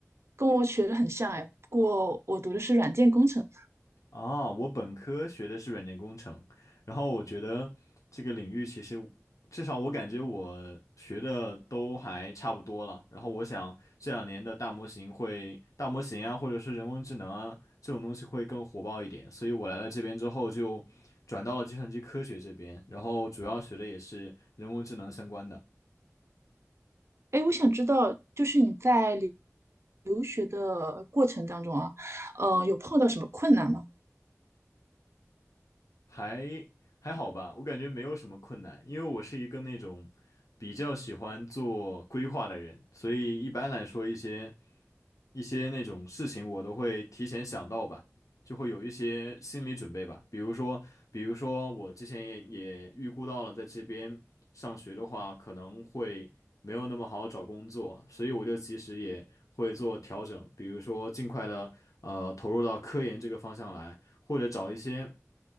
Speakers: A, on the right; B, on the left.
A: 跟我学的很像哎，不过我读的是软件工程。
B: 啊，我本科学的是软件工程，然后我觉得这个领域其实至少我感觉我学的都还差不多了。然后我想这两年的大模型会，大模型啊，或者是人工智能啊这种东西会更火爆一点，所以我来了这边之后就转到了计算机科学这边，然后主要学的也是人工智能相关的。
A: 哎，我想知道，就是你在留留学的过程当中啊，呃，有碰到什么困难吗？
B: 还还好吧，我感觉没有什么困难，因为我是一个那种比较喜欢做规划的人，所以一般来说一些一些那种事情我都会提前想到吧，就会有一些心理准备吧。比如说，比如说我之前也也预估到了在这边上学的话，可能会没有那么好找工作，所以我就其实也会做调整，比如说尽快的呃投入到科研这个方向来，或者找一些。